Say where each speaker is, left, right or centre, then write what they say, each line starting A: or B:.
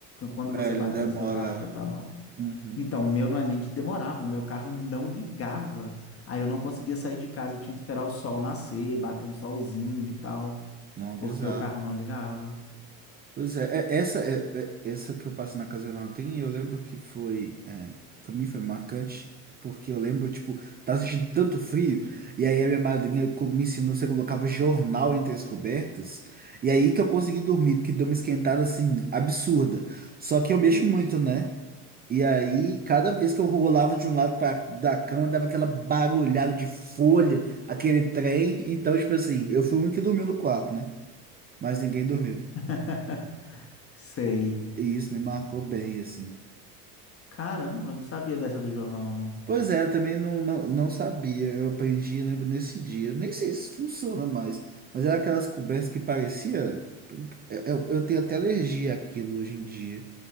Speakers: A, on the left; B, on the right.
A: quando você
B: é, ele
A: abastece
B: demora...
A: seu carro com etanol
B: Uhum.
A: Então, o meu não é nem que demorava, o meu carro não ligava. Aí eu não conseguia sair de casa, eu tinha que esperar o sol nascer, bater um solzinho e tal,
B: Não, bizarro.
A: porque o carro não ligava.
B: Pois é, é- essa é, é- essa que eu passo na Casa Vermelha eu lembro que foi, é, para mim foi marcante, porque eu lembro, tipo, tava sentindo tanto frio, e aí a minha madrinha co- me ensinou, você colocava jornal entre as cobertas, e aí que eu consegui dormir, porque deu uma esquentada, assim, absurda. Só que eu mexo
A: Que isso?
B: muito, né? E aí, cada vez que eu rolava de um lado para da cama, dava aquela barulhada de folha, aquele trem, então, tipo assim, eu fui o único que dormiu no quarto, né? Mas ninguém dormiu.
A: <laughs> Sei.
B: E isso me marcou bem, assim.
A: Caramba, eu não sabia dessa do jornal, não.
B: Pois é, eu também não, não, não sabia. Eu aprendi, lembro, nesse dia. Nem sei se funciona mais, mas era aquelas cobertas que parecia. Eu, eu tenho até alergia àquilo hoje em dia.